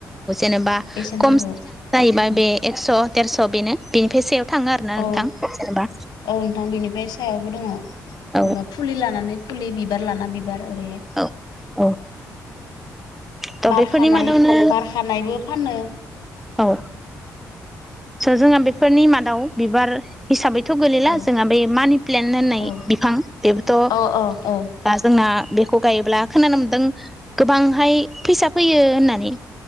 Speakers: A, in the centre; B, on the left (about 75°).
A: जेनेबा
B: बेसेनफोरखौ
A: खमसिनानो जाहैबाय
B: औ
A: बे एक्स' देरस' बेनो बेनिफ्राय सायाव। थाङो आरोना
B: औ
A: नोंथां जेनेबा
B: औ नोंथां बेनिफ्राय सायावबो दङ
A: औ
B: एबा फुलि लानानै फुलि बिबार लाना बिबार ओरैहाय।
A: औ औ थ'
B: बारखानाय
A: बेफोरनि मादावनो
B: बारखानायबो फानो
A: औ। सो जोंहा बेफोरनि मादाव बिबार हिसाबै। थ' गोलैला
B: औ
A: जोंहा बे मानि प्लेन्ट होननाय
B: औ
A: बिफां बेबोथ'
B: औ औ औ
A: दा जोंना। बेखौ गायोब्ला खोनानो मोनदों गोबांहाय फैसा फैयो होननानै।